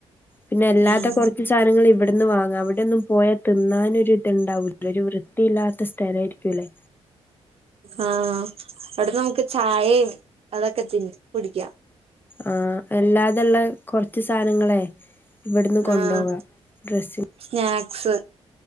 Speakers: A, on the left; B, on the right.
A: പിന്നെ അല്ലാത്ത
B: ഉം
A: കുറച്ച് ദി ത്താനങ്ങൾ ഇവിടെന്ന് വാങ്ങാം അവിടെന്നും പോയാൽ തിന്നാനും ഒരു ഇത് ഉണ്ടാവൂല ഒരു വൃത്തിയില്ലാത്ത സ്ഥലമായിരിക്കുമല്ലേ
B: ആഹ് അവിടുന്ന് നമുക്ക് ചായേം അതൊക്കെ തി കുടിക്കാം.
A: ആ അല്ലാതുള്ള കുറച്ച് സാധനങ്ങളെ ഇവിടുന്ന് കൊണ്ടുപോക്കാം
B: ആഹ്
A: ഡ്രസ്സി
B: സ്നാക്സ്